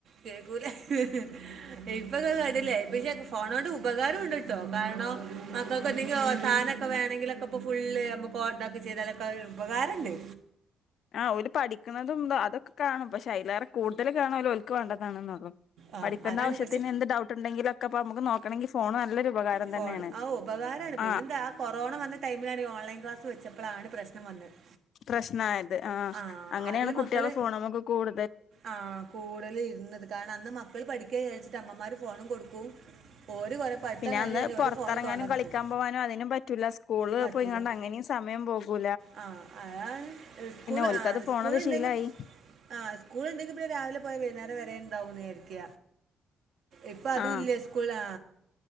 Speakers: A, on the right; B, on the left.
A: കേൾക്കൂല <unintelligible> പക്ഷെ ഫോൺ കൊണ്ട് ഉപകാരവും ഉണ്ട് ട്ടോ ആണോ മക്കൾക്ക് എന്തെങ്കിലും <unintelligible> സാധനൊക്കെ വേണെങ്കിലൊക്കെ ഇപ്പോ ഫുള്ള് <unintelligible> ചെയ്താലൊക്കെ ഉപകാരം ണ്ട്
B: ആ ഓല് പഠിക്കണതും അതൊക്കെ കാണും പക്ഷെ അതിലെറെ കൂടുതൽ കാണുക ഓൽ ഓൽക്ക് വേണ്ടതാണുന്നൊള്ളൂ
A: ആ
B: പഠിക്കണ്ട
A: അതാണ്
B: ആവശ്യത്തിന്
A: പക്ഷെ
B: എന്ത് ഡൗട്ട് ഉണ്ടെങ്കിൽ ലൊക്ക നമുക്ക് നോക്കണെങ്കിൽ ഫോണ് നല്ലൊരു ഉപകാരം
A: ഫോൺ
B: തന്നെയാണ്
A: ആ ഉപകാരമാണ് പിന്നെ
B: ആഹ്
A: എന്ത ആ കൊറോണ വന്ന ടൈമിലാണ് ഓൺലൈൻ ക്ലാസ് വ ച്ചപ്പോളാണ് പ്രശ്നം വന്നത്
B: പ്രശ്നായത് ആഹ്
A: ആ
B: അങ്ങനെയാണ്
A: അതിൽ
B: കുട്ടികളെ
A: മക്കള്
B: ഫോണ നമ്മക്ക് കൂടുത
A: ആ കൂടുൽ ഇരുന്നത് കാരണം അന്ന് മക്കൾ പഠിക്ക വിചാച്ചിട്ട് അമ്മമാര് ഫോണും കൊടുക്കും <unintelligible>
B: പിന്നെ അന്ന്
A: കഴിഞ്ഞാൽ
B: പുറത്തിറങ്ങാനും പിന്നെ അന്ന് പുറത്ത്
A: ഒരു ഫോണിൽ
B: അറങ്ങാനും
A: തോണ്ട
B: കളിക്കാൻ
A: നിൽക്കും
B: പോകാനും അതിനും പറ്റൂലസ്കൂള്
A: പറ്റൂല
B: പോയിങ്ങാണ്ട് അങ്ങനെയും സമയം പോകൂ
A: ആ അ സ്കൂൾ
B: ഓൽക്കത്
A: ആ
B: ഫോണത്
A: സ്കൂൾ ഉണ്ടെങ്കിൽ
B: ശീലായി
A: ആ സ്കൂള ഉണ്ടെങ്കിൽ ഇപ്പൊ രാവിലെ പോയ വൈകുന്നേരം വരണ്ടാവുന്ന് വിയരിക്ക ഇപ്പൊ അതും
B: ആഹ്
A: ഇല്ല സ്കൂള-